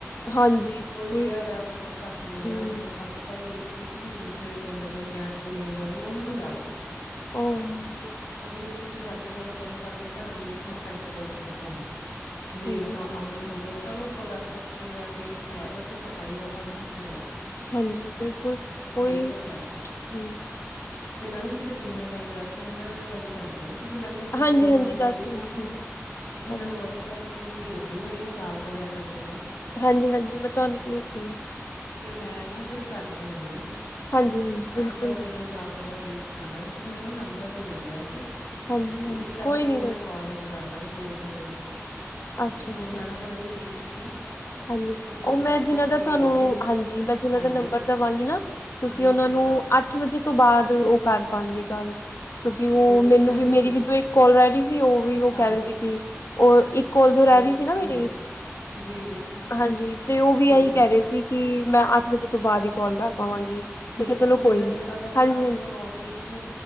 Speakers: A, on the left (about 60°); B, on the left (about 80°).
A: ਹਾਂਜੀ ਬਿਲਕੁਲ
B: ਕੋਈ ਰੇਅਰ ਆ, ਬਹੁਤ ਘੱਟ ਲੋਕ
A: ਹੂੰ
B: ਆ ਹੁਣ ਅੱਜ ਅੱਜ-ਕੱਲ ਲੋਕ ਦੁੱਧ ਵੀ ਦੂਸਰੇ ਪਿੰਡ ਤੋਂ, ਸ਼ਹਿਰ ਤੋਂ ਲੈਣ ਜਾਂਦੇ, ਓ ਵੀ ਮਿਲਾਵਟੀ ਆ
A: ਉਹ ਹਾਂਜੀ,
B: ਹੁਣ ਜਿਵੇਂ ਤੁਸੀਂ ਸਾਡੀ ਗੱਲ ਕਰੋ, ਸਾਡੇ ਘਰਾਂ ਦੇ ਵਿੱਚ ਹੁਣ ਪੈਕੇਟ ਵਾਲਾ ਦੁੱਧ ਆਂਦਾ। ਵੇਰਕਾ,
A: ਹਾਂਜੀ,
B: ਅਮਨ ਹੋ ਗਿਆ, ਚਲੋ ਪ੍ਰੋਡਕਟ ਅੱਛੇ ਆ, ਟੇਸਟ ਹੈ ਬਟ ਸਫ਼ਾਈ ਦਾ ਸਾਨੂੰ ਕੁਛ ਨੀ ਪਤਾ।
A: ਹਾਂਜੀ ਬਿਲਕੁਲ। ਉਹੀ
B: ਇਹ ਵੀ ਗੱਲ ਹੈ
A: ਹਾਂ।
B: ਤੇ ਮੈਡਮ ਤੁਸੀਂ ਕਿੰਨੇ ਟਾਈਮ ਦਸ ਮਿੰਟ ਗੱਲ ਕਰਦੇ ਨਾ। ਤੁਸੀਂ ਮੈਨੂੰ ਕਿਸੇ
A: ਹਾਂਜੀ,
B: ਹੋਰ
A: ਹਾਂਜੀ
B: ਦਾ ਨੰਬਰ
A: ਦਸ
B: ਦੇ
A: ਮਿੰਟ
B: ਸਕਦੇ
A: ਹਾਂਜੀ,
B: ਹੋ। ਤੁਸੀਂ
A: ਹਾਂਜੀ,
B: ਮੈਨੂੰ ਵਟਸਪ। ਤੇ ਭੇਜ ਦਿਓ। ਮੇਰੀਆਂ ਚਾਰ ਕੋਲਾਂ ਪੈਂਡਿੰਗ ਆ।
A: ਹਾਂਜੀ। ਹਾਂਜੀ। ਮੈਂ ਤੁਹਾਨੂੰ ਭੇਜ ਦਾਂਗੀ।
B: ਤੇ ਮੈਂ ਨਾ ਫਿਰ ਕਰ ਲੂੰਗੀ ਨਾ।
A: ਹਾਂਜੀ-ਹਾਂਜੀ, ਬਿਲਕੁਲ-ਬਿਲਕੁਲ,
B: ਕਿ ਚਲੋ ਮੇਰੀਆਂ ਚਾਰ। ਕੋਲਾਂ ਵੇਸਟ ਨਾ ਰਹਿਣ ਚਲੋ ਮੈਨੂੰ ਨੰਬਰ ਨੀ ਮਿਲ ਰਿਹਾ ਸੀ
A: ਹਾਂਜੀ-ਹਾਂਜੀ,
B: ਤੇ ਇਸ ਕਰਕੇ
A: ਕੋਈ ਨੀ
B: ਹੀ
A: ਕੋਈ
B: ਮੈਂ ਕੌਲ ਨੀ ਕਰ। ਦੋ-ਤਿੰਨ ਦਿਨ ਤੋਂ ਨਾ।
A: ਅੱਛਾ-ਅੱਛਾ।
B: ਤੇ ਹੁਣ ਮੈਡਮ ਮੈਂ ਵੀ ਫ੍ਰੀ ਸੀ।
A: ਹਾਂਜੀ।
B: ਤੇ ਇਸ
A: ਉਹ ਮੈਂ
B: ਕਰਕੇ
A: ਜਿੰਨਾਂ
B: ਚਲੋ
A: ਦਾ
B: ਇਹ
A: ਤੁਹਾਨੂੰ,
B: ਹੈ ਕਿ
A: ਹਾਂਜੀ, ਮੈਂ ਜਿੰਨਾਂ
B: ਹਾਂਜੀ
A: ਦਾ ਨੰਬਰ ਦਵਾਂਗੀ ਨਾ। ਤੁਸੀਂ
B: ਜੀ
A: ਉਨਾਂ ਨੂੰ ਅੱਠ ਵਜੇ ਤੋਂ ਬਾਅਦ ਉਹ ਕਰ ਪਾਣਗੇ ਗੱਲ। ਕਿਉਂਕਿ ਉਹ
B: ਓਕੇ
A: ਮੈਨੂੰ
B: ਚਲੋ
A: ਵੀ
B: ਠੀਕ
A: ਮੇਰੀ ਵੀ
B: ਹੈ
A: ਜੋ ਇੱਕ ਕੋਲ ਰਹਿ ਗੀ ਸੀ। ਉਹ ਵੀ ਉਹ
B: ਹਾਂਜੀ।
A: ਕਹ ਰੇ ਸੀ ਕਿ। ਉ ਇੱਕ ਕੋਲ ਜੋ ਰਹਿ
B: ਓਕੇ
A: ਰੀ ਸੀ ਨਾ ਮੇਰੀ।
B: ਓਕੇ ਜੀ। ਜੀ।
A: ਹਾਂਜੀ। ਤੇ ਉਹ ਵੀ
B: ਠੀਕ
A: ਇਹੀ
B: ਹੈ
A: ਕਹਿ ਰਹੇ ਸੀ ਕਿ, ਮੈਂ ਅੱਠ ਵਜੇ ਤੋਂ ਬਾਦ ਈ ਕੋਲ ਕਰ ਪਾਵਾਂਗੀ।
B: ਠੀਕ
A: ਮੈਂ ਕਿਹਾ ਚਲੋ
B: ਐ। ਕੋਈ ਨਾ,
A: ਨੀ
B: ਜੇ ਅਗਰ
A: ਹਾਂਜੀ-ਹਾਂਜੀ,
B: ਅੱਠ ਤੋਂ ਨੌ ਦੇ ਵਿੱਚ